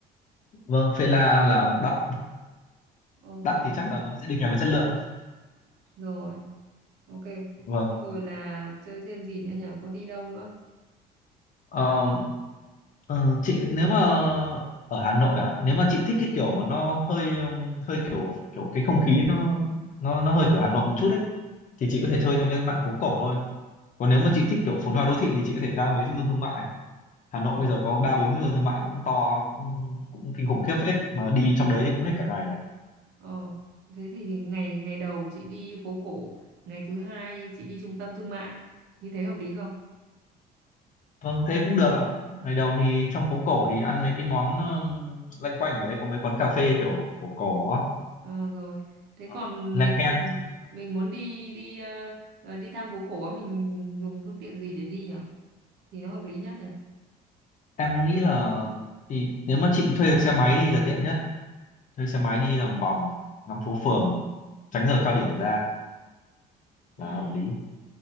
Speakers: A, on the left; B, on the right.
A: vâng phê la là đắt
B: Ok
A: đắt
B: em.
A: thì chắc là nó sẽ đi kèm với chất lượng.
B: rồi, ok.
A: Vâng.
B: Xong rồi là chơi thêm gì nữa nhở? Có đi đâu nữa?
A: Ờ, Ờ, chị nếu mà ở Hà Nội à nếu mà chị thích cái kiểu mà nó hơi um, kiểu cái không khí nó nó nó hơi kiểu Hà Nội một chút ấy thì chị có thể chơi trong cái mạn phố cổ thôi còn nếu mà chị thích kiểu phồn hoa đô thị thì chị có thể ra mấy trung tâm thương mại Hà Nội bây giờ có ba bốn trung tâm thương mại cũng to cũng, cũng kinh khủng khiếp phết mà đi trong đấy thì cũng hết cả ngày rồi
B: Ờ, thế thì ngày ngày đầu chị đi phố cổ, ngày thứ hai chị đi trung tâm thương mại. Như thế hợp lý không?
A: vâng thế cũng được ạ ngày đầu thì trong phố cổ thì ăn mấy cái món um, loanh quanh ở đấy có mấy quán cà phê kiểu cổ cổ á
B: Ờ, rồi. Thế
A: Ờ,
B: còn
A: leng
B: nếu mà
A: keng
B: mình mình muốn đi đi ờ, ờ, đi thăm phố cổ á, mình dùng phương tiện gì để đi nhở Thì nó hợp lý nhất nhỉ?
A: em nghĩ là thì nếu mà chị thuê được xe máy đi là tiện nhất thuê xe máy đi lòng vòng ngắm phố phường tránh giờ cao điểm ra
B: Ừ.
A: là hợp lý